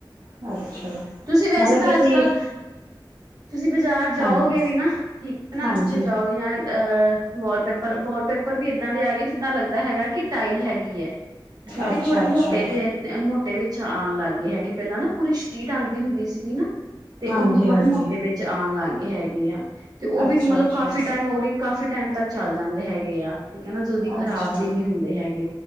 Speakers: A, on the right; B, on the right.
A: ਹੈ ਅੱਛਾ
B: ਤੁਸੀਂ ਵੈਸੇ
A: ਮਤਲਬ
B: ਤਾਂ
A: ਕਿ ਅਸੀਂ
B: ਅੱਜ ਕੱਲ ਤੁਸੀਂ ਬਾਜ਼ਾਰ ਜਾਓਗੇ
A: ਹਾਂਜੀ
B: ਵੀ ਨਾ, ਠੀਕ ਹੈ ਨਾ
A: ਹਾਂਜੀ
B: ਜਿੱਥੇ ਜਾਓਗੇ ਜਾਂ ਅਹ ਵਾਲਪੇਪਰ, ਵਾਲਪੇਪਰ ਵੀ ਇੱਦਾਂ ਦੇ ਆ ਗਏ ਜਿੱਦਾਂ ਲੱਗਦਾ ਹੈਗਾ ਕਿ ਟਾਇਲ ਹੈਗੀ ਹੈ। ਕਿਉਂਕਿ
A: ਅੱਛਾ
B: ਥੋੜੇ ਮੋਟੇ
A: ਅੱਛਾ
B: ਜਿਹੇ ਮੋਟੇ ਵਿੱਚ ਆਉਣ ਲੱਗ ਗਏ ਹੈਗੇ, ਪਹਿਲਾਂ ਨਾ ਪੂਰੀ ਸ਼ੀਟ ਆਉਂਦੀ ਹੁੰਦੀ ਸੀਗੀ ਨਾ। ਤੇ
A: ਹਾਂਜੀ
B: ਹੁਣ ਥੋੜੇ
A: ਹਾਂਜੀ
B: ਮੋਟੇ ਵਿੱਚ ਆਉਣ ਲੱਗ ਗਏ ਹੈਗੇ ਆ, ਤੇ ਉਹ
A: ਅੱਛਾ
B: ਵੀ ਮਤਲਬ
A: ਅੱਛਾ
B: ਕਾਫ਼ੀ ਟਾਈਮ ਉਹਦੀ ਕਾਫ਼ੀ ਟਾਈਮ ਤੱਕ ਚੱਲ ਜਾਂਦੇ ਹੈਗੇ ਆ। ਠੀਕ ਹੈ ਨਾ ਜਲਦੀ ਖਰਾਬ
A: ਅੱਛਾ
B: ਵੀ ਨਹੀਂ ਹੁੰਦੇ ਹੈਗੇ,